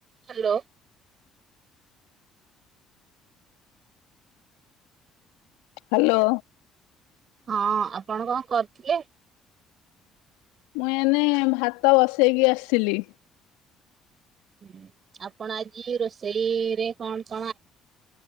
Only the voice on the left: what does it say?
Hello.
ମୁଁ ଏନେ ଭାତ ବସେଇକି ଆସିଲି।